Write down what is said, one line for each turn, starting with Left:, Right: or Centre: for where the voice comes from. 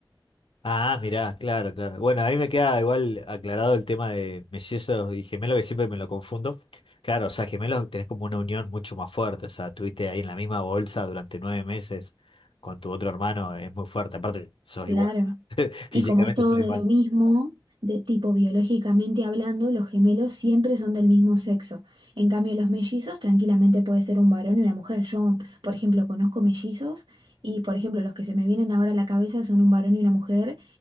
Left: Ah, mirá, claro, claro. Bueno, ahí me queda igual aclarado el tema de mellizos y gemelos, que siempre me lo confundo. Claro, o sea, gemelos tenés como una unión mucho más fuerte, o sea, tuviste ahí en la misma bolsa durante nueve meses con tu otro hermano, es muy fuerte, aparte sos
Right: Claro.
Left: igual, <laughs>
Right: Y
Left: físicamente
Right: como es todo
Left: sos
Right: de
Left: igual.
Right: lo mismo, de tipo biológicamente hablando, los gemelos siempre son del mismo sexo. En cambio, los mellizos tranquilamente puede ser un varón y una mujer. Yo, por ejemplo, conozco mellizos y, por ejemplo, los que se me vienen ahora a la cabeza son un varón y una mujer